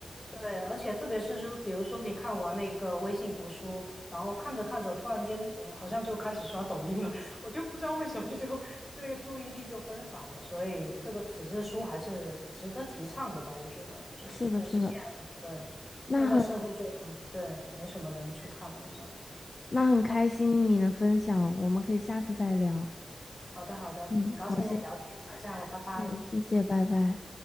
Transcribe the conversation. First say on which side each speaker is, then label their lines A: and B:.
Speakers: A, on the left; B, on the left.
A: 对，而且特别是就比如说你看完那个微信读书，然后看着看着，突然间我好像就开始刷抖音了，<laughs> 我就不知道为什么就这个注意力就分散了，所以这个纸质书还是值得提倡的吧，我觉得就，
B: 是的，
A: 但是现在对现在社会就对没什么人去看了，
B: 是的，那很
A: 这样。
B: 那很开心你能分享，我们可以下次再聊。
A: 好的，好的，
B: 嗯，
A: 很高兴跟你聊天，
B: 好，谢谢。
A: 先这样了，拜拜。
B: 是，谢谢，拜拜。